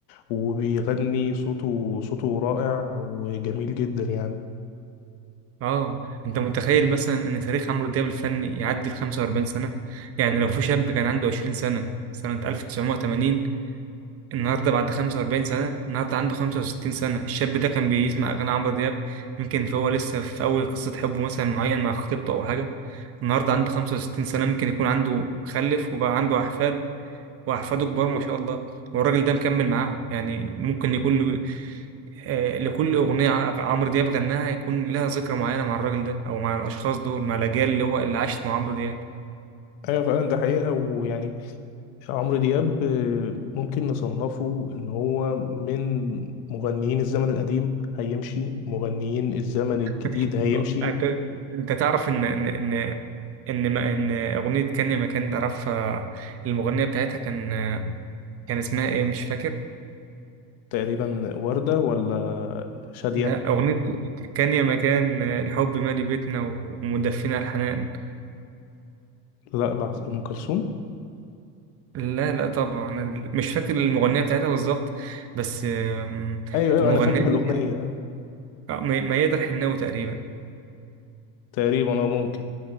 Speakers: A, on the left; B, on the right.
A: وبيغني صوته صوته رائع وجميل جدا يعني
B: اه انت متخيل مثلا ان تاريخ عمرو دياب الفني يعدي ال 45 سنة يعني لو في شاب كان عنده 20 سنة سنة 1980 النهارده بعد 45 سنة النهارده عنده 65 سنة الشاب ده كان بيسمع اغاني عمرو دياب يمكن فهو لسه في اول قصة حب مثلا معين مع خطيبته او حاجة النهارده عنده 65 سنة ممكن يكون عنده خلف وبقى عنده احفاد وأحفاده كبار ما شاء الله والراجل ده مكمل معاهم يعني ممكن يكون له آه، لكل أغنية ع- عمرو دياب غناها يكون لها ذكرى معينة مع الراجل ده أو مع الأشخاص دول مع الأجيال اللي هو اللي عاشت مع عمرو دياب
A: ايوه فعلا ده حقيقة ويعني عمرو دياب آه، ممكن نصنفه ان هو من مغنيين الزمن القديم هيمشي مغنيين الزمن الجديد
B: <laughs>
A: هيمشي
B: أنت أنت تعرف إن إن إن إن, ما إن أغنية كان يا مكان ده عرفها المغنية بتاعتها كان كان اسمها إيه مش فاكر
A: تقريبا وردة ولا شادية
B: لا أغنية كان يا مكان الحب مالي بيتنا ومدفنا الحنان
A: لا لحظة ام كلثوم
B: لا لا طبعا أنا مش فاكر المغنية بتاعتها بالظبط بس آم،
A: ايوه ايوه
B: المغنية
A: انا فاكر
B: دي
A: الاغنية
B: كانت-
A: أيوة.
B: آه، مي- ميادة الحناوي تقريبا
A: تقريبا اه ممكن